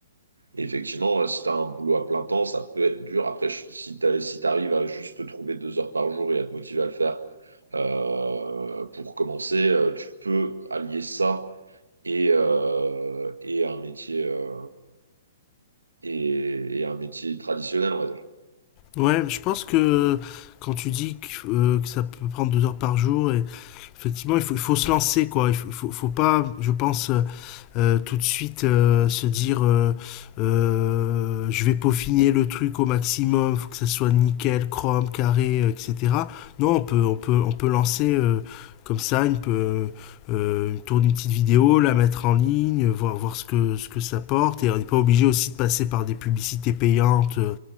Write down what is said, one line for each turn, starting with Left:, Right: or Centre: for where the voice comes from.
Right: Et effectivement, euh, si tu as un boulot à plein temps, ça peut être dur. Après, je- si tu si t'arrives à juste te trouver deux heures par jour et à te motiver à le faire euh, pour commencer, euh, tu peux allier ça et, euh, et un métier. euh, et, et un métier traditionnel, on va dire.
Left: Ouais, je pense que quand tu dis que, euh, que ça peut prendre deux heures par jour, et effectivement, il faut, il faut se lancer, quoi. Il faut, il faut, faut pas, je pense, euh, euh, tout de suite euh, se dire euh, euh, je vais peaufiner le truc au maximum, faut que ça soit nickel, chrome, carré, euh, etc. Non, on peut, on peut, on peut lancer euh, comme ça, une, peu- euh, tourner une petite vidéo, la mettre en ligne, voir, voir ce, que, ce que ça porte. Et on n'est pas obligé aussi de passer par des publicités payantes, euh,